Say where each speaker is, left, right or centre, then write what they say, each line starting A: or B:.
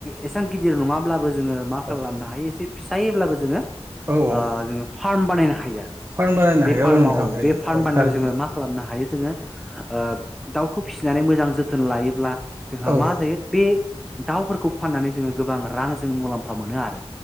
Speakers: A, in the centre; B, on the right.
A: एसेबां गिदिर नङाब्लाबो जोङो मा
B: औ
A: खालामनो हायो एसे फिसायोब्लाबो जोङो
B: औ औ
A: ओ, जोङो फार्म बानायनो हायो
B: फार्म बानायनो
A: बे
B: हायो
A: फार्माव
B: औ नोंथां हायो
A: बे फार्म
B: औ
A: बानायनायाव
B: थारैनो
A: जोङो मा खालामनो हायो जोङो ओ, दाउखौ फिसिनानै मोजां जोथोन लायोब्ला जोंहा
B: औ
A: मा जायो बे दाउफोरखौ फाननानै जोङो गोबां रां, जों मुलाम्फा मोनो आरो